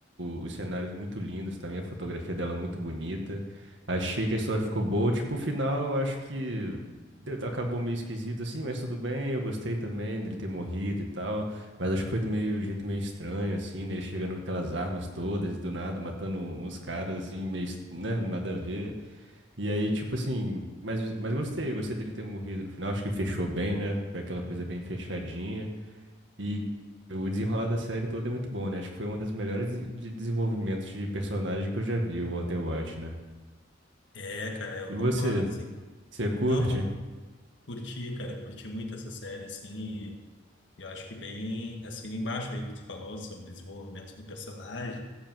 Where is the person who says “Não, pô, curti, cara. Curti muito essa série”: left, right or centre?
Left